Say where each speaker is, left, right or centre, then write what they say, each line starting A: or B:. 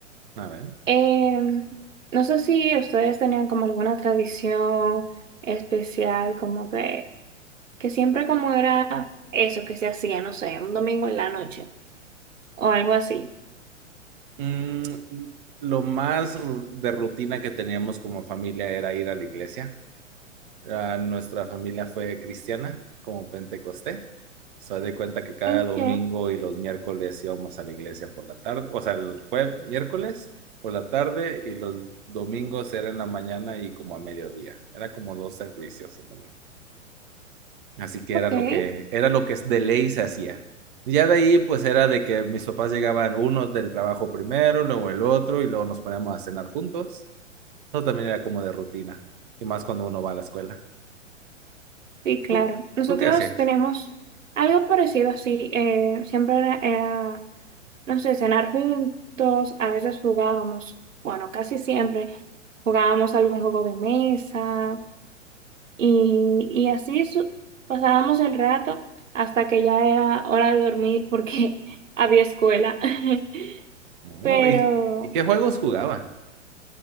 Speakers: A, on the right (about 40°); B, on the right (about 75°).
A: A ver.
B: Em, no sé si ustedes tenían como alguna tradición especial, como que, que siempre como era eso que se hacía, no sé, un domingo en la noche o algo así.
A: Mm, lo más ru- de rutina que teníamos como familia era ir a la iglesia. ah, nuestra familia fue cristiana, como pentecosté. Se de cuenta que cada
B: Ok,
A: domingo y los miércoles íbamos a la iglesia por la tarde, o sea, el jueves, miércoles por la tarde y los domingos era en la mañana y como a mediodía. Era como dos servicios el domingo. Así que
B: ok.
A: era lo que era lo que de ley se hacía. Ya de ahí pues era de que mis papás llegaban unos del trabajo primero, luego el otro y luego nos poníamos a cenar juntos. Eso también era como de rutina y más cuando uno va a la escuela.
B: Sí, claro.
A: ¿Tú,
B: Nosotros
A: tú qué hacías?
B: teníamos algo parecido así. eh, siempre era, era, no sé, cenar juntos. A veces jugábamos, bueno, casi siempre jugábamos algún juego de mesa y, y así su- pasábamos el rato hasta que ya era hora de dormir porque <laughs> había escuela. <laughs> Pero
A: Oh, ¿y, y qué juegos jugaban?